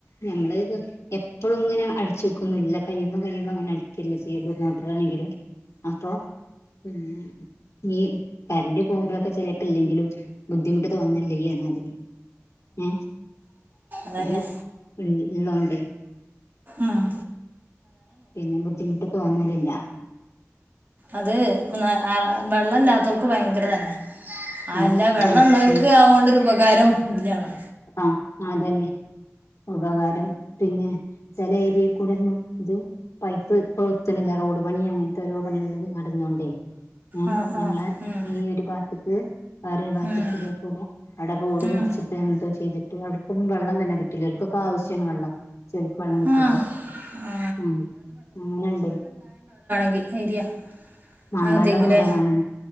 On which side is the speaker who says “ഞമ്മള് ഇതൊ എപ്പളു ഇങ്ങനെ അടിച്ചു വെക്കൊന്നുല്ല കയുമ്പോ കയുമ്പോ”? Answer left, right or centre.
Left